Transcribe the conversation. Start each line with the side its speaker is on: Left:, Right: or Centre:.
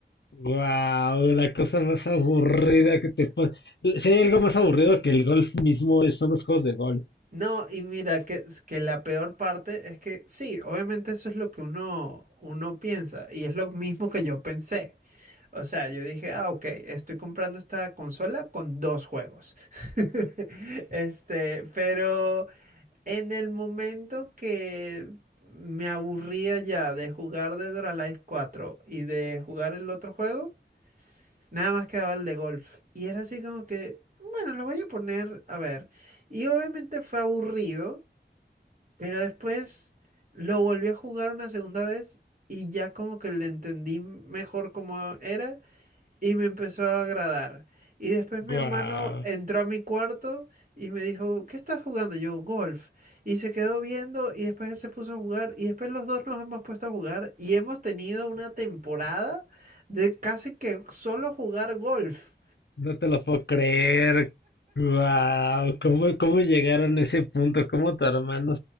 Left: Wow, la cosa más aburrida que te puede. Si hay algo más aburrido que el golf mismo, es- son los juegos de golf.
Right: No, y mira, que, es que la peor parte es que sí, obviamente eso es lo que uno, uno piensa, y es lo mismo que yo pensé. O sea, yo dije, ah, ok, estoy comprando esta consola con dos juegos. <laughs> Este, pero en el momento que me aburría ya de jugar Dead or Alive cuatro y de jugar el otro juego, nada más quedaba el de golf. Y era así como que, bueno, lo voy a poner, a ver. Y obviamente fue aburrido, pero después lo volví a jugar una segunda vez y ya como que le entendí mejor cómo era y me empezó a agradar. Y después mi
Left: Wow,
Right: hermano entró a mi cuarto y me dijo, ¿qué estás jugando? Yo, golf. Y se quedó viendo y después él se puso a jugar y después los dos nos hemos puesto a jugar y hemos tenido una temporada de casi que solo jugar golf.
Left: no te lo puedo creer. Wow, ¿cómo, cómo llegaron a ese punto? ¿Cómo tu hermano